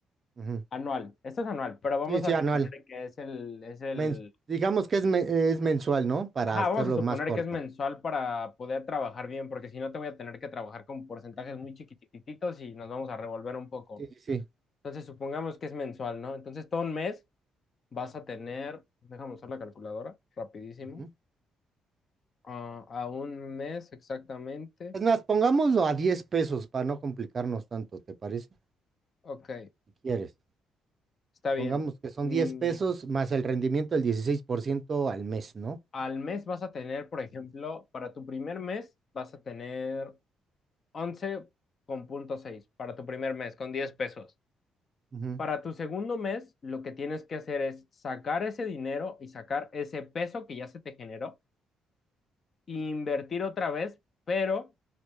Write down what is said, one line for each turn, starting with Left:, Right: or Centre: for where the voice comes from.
Right: ujú.
Left: anual. Esto es anual, pero vamos
Right: Sí, sí,
Left: a suponer
Right: anual.
Left: que es el, es el...
Right: men- digamos que es, me- es mensual, ¿no? Para
Left: Ajá,
Right: hacerlo
Left: vamos a suponer
Right: más corto.
Left: que es mensual para poder trabajar bien, porque si no te voy a tener que trabajar con porcentajes muy chiquititos y nos vamos a revolver un poco.
Right: Sí, sí, sí.
Left: Entonces, supongamos que es mensual, ¿no? Entonces, todo un mes vas a tener, déjame usar la calculadora, rapidísimo,
Right: Ujú.
Left: Ah, a un mes exactamente.
Right: Es más, pongámoslo a 10 pesos para no complicarnos tanto, ¿te parece?
Left: Ok,
Right: Si quieres.
Left: está bien.
Right: Pongamos que son
Left: Mm,
Right: 10 pesos más el rendimiento del 16% al mes, ¿no?
Left: Al mes vas a tener, por ejemplo, para tu primer mes vas a tener once coma seis para tu primer mes con 10 pesos.
Right: Ujú,
Left: Para tu segundo mes, lo que tienes que hacer es sacar ese dinero y sacar ese peso que ya se te generó e invertir otra vez, pero